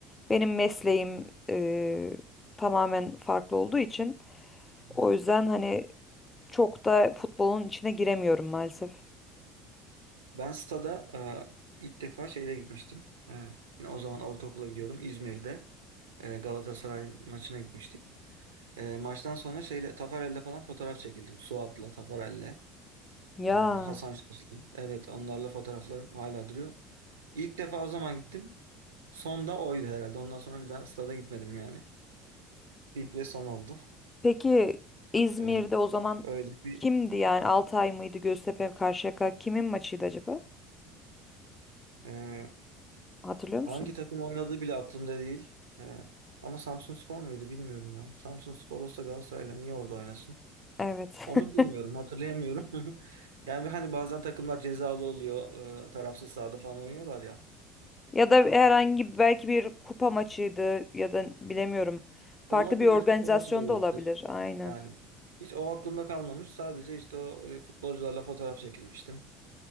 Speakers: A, on the left; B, on the right.
A: Benim mesleğim eee, tamamen farklı olduğu için
B: Hı
A: o
B: hı.
A: yüzden hani çok da futbolun içine giremiyorum maalesef.
B: Ben stada e, ilk defa şeyle gitmiştim. E, yine o zaman ortaokula gidiyordum. İzmir'de e, Galatasaray maçına gitmiştik. E, maçtan sonra şeyle Tafarel'le falan fotoğraf çekildim. Suat'la, Tafarel'le.
A: Ya
B: Ee, Hasan Şaşlı. Evet onlarla fotoğraflarım hala duruyor. İlk defa o zaman gittim. Son da oydu herhalde. Ondan sonra bir daha stada gitmedim yani. İlk ve son oldu.
A: peki İzmir'de
B: Ee,
A: o zaman
B: öyle bir
A: kimdi yani Altay mıydı Göztepe Karşıyaka kimin maçıydı acaba?
B: e,
A: Hatırlıyor musun?
B: hangi takım oynadığı bile aklımda değil. Ee, ama Samsunspor muydu bilmiyorum ya. Samsunspor olsa Galatasaray'la niye orada oynasın?
A: Evet.
B: Onu
A: <laughs>
B: bilmiyorum, hatırlayamıyorum. <laughs> Yani hani bazen takımlar cezalı oluyor, e, tarafsız sahada falan oynuyorlar ya.
A: Ya da herhangi bir- belki bir kupa maçıydı ya da bilemiyorum. Farklı
B: Olabilir,
A: bir organizasyonda
B: kupa maçı da olabilir.
A: olabilir. Aynen.
B: Yani hiç o aklımda kalmamış. Sadece işte o e, futbolcularla fotoğraf çekilmiştim.